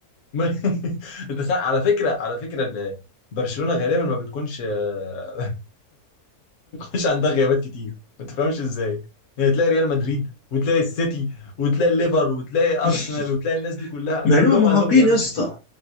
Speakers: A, on the left; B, on the left.
A: <laughs> انت سا- على فكره على فكره ال- برشلونه غالبا ما بتكونش <laughs> مش عندها غيابات كتير ما تفهمش ازاي يعني تلاقي ريال مدريد وتلاقي السيتي وتلاقي الليفر وتلاقي
B: <laughs>
A: ارسنال وتلاقي الناس دي كلها
B: مع
A: كلهم
B: انهم مرهقين
A: عندهم غيابات
B: يا اسطى
A: كتير